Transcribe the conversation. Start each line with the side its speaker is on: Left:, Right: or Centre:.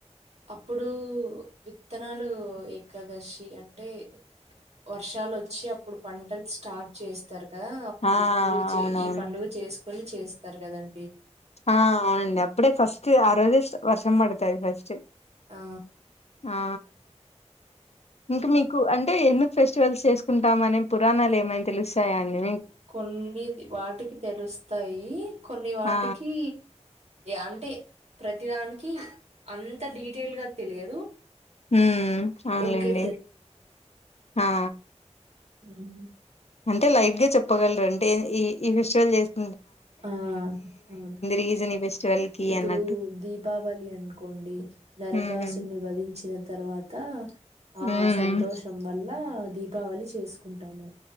Right: అప్పుడు విత్తనాలు ఏకాదశి అంటే వర్షాలు వచ్చి అప్పుడు పంటలు స్టార్ట్ చేస్తారు కదా అప్పుడు
Left: ఆ
Right: పూజ చే
Left: అవునవును
Right: ఈ పండుగ చేసి పని చేస్తారు కదండి
Left: ఆ అవునండి అప్పుడే ఫస్ట్ ఆ రోజే వర్షం పడుతాది ఫస్ట్
Right: ఆ
Left: ఆ ఇంకా మీకు అంటే ఎందుకు ఫెస్టివల్స్ చేసుకుంటాంమనే పురాణాలు ఏమైనా తెలుస్తాయా అని
Right: కొన్ని ది వాటికి తెలుస్తాయి కొన్ని వాటికి
Left: ఆ
Right: అంటే ప్రతిదానికి అంత డిటెయిల్ గా తెలియదు
Left: హ్మ్ అవునులేండి
Right: ఓకే
Left: ఆ
Right: హ <inaudible>
Left: అంటే లైవ్ గా చెప్పగలరు అంటే ఈ ఫిస్టిువల్ చేస్త
Right: ఆ అవును
Left: రీజన్ ఈ ఫెస్టివల్‌కి
Right: ఇప్పుడు
Left: అన్నట్టు.
Right: దీపావళి అనుకోండి నరకాసుని
Left: హ్మ్. హ్మ్.
Right: వధిం చిన తర్వాత ఆ
Left: హ్మ్.
Right: సంతోషం వల్ల దీపావళి చేసుకుంటాము